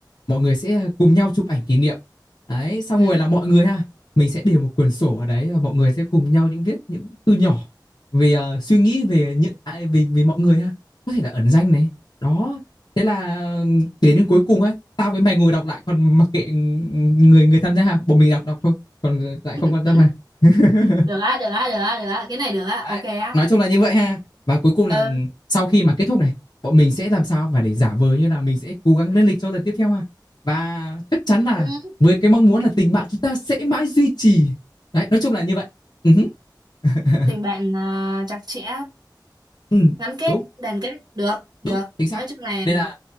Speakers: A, on the left (about 60°); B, on the right (about 65°).
A: Mọi người sẽ cùng nhau chụp ảnh kỷ niệm. Đấy, xong
B: Ừ.
A: rồi là mọi người ha, mình sẽ để một quyển sổ vào đấy và mọi người sẽ cùng nhau những viết những bức thư nhỏ về ờ, suy nghĩ về những ai về về mọi người ha. Có thể là ẩn danh này. Đó. Thế là ừ, đến đến cuối
B: Ừ.
A: cùng á, tao với mày ngồi đọc lại còn mặc kệ ừ, người người tham gia ha, bọn mình đọc đọc thôi, còn lại không
B: Ừ.
A: quan tâm ha. <laughs>
B: Được á, được á, được á, được á. Cái này được á,
A: Đấy,
B: ok á.
A: nói chung là như vậy ha. Và cuối cùng là
B: Ừ.
A: sau khi mà kết thúc này, bọn mình sẽ làm sao mà để giả vờ như là mình sẽ cố gắng lên lịch cho lần tiếp theo ha. Và chắc chắn là
B: Ừ.
A: với cái mong muốn là tình bạn chúng ta sẽ mãi duy trì. Đấy, nói chung là như vậy. Ừ, <laughs>
B: Tình bạn à, chặt chẽ,
A: ừ,
B: gắn kết,
A: đúng,
B: đoàn kết. Được, được.
A: đúng, chính xác.
B: Nói chung là...
A: Nên là